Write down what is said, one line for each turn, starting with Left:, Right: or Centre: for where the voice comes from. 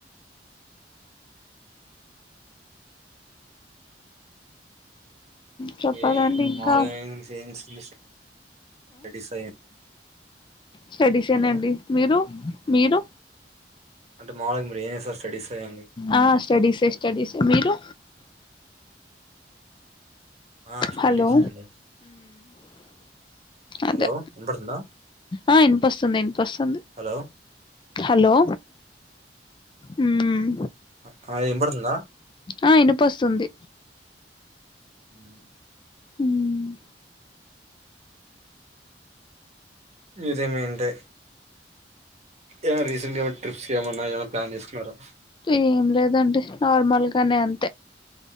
Left: చెప్పదండి
Right: ఏ
Left: ఇంకా
Right: మాములుగా ఏం చేయాల్సింది స్టడీస్ అ
Left: స్టడీస్నాండి
Right: హలో
Left: మీరు మీరు
Right: అంటే మాములుగా మీరు ఏం చేస్తారు స్టడీస్ అయ్యండి
Left: ఆ స్టడీసే స్టడీస్ మీరు
Right: ఆ స్టడీస్
Left: హలో
Right: అండి
Left: అదే
Right: హలో వినపడుతుందా
Left: ఆ వినపొస్తుంది వినిపొస్తుంది
Right: హలో
Left: హలో మ్
Right: హాయ్ వినపడుతుందా
Left: ఆ ఇనిపొస్తుంది
Right: హ ఆ
Left: హ్మ్
Right: ఇదిమీంటే <inaudible> ఏమై రీసెంట్గా ఏమన్నా ట్రిప్స్ కి ఏమన్నా ఏమైనా ప్లాన్ చేసుకున్నారా
Left: ఏం లేదండి నార్మల్ గానే అంతే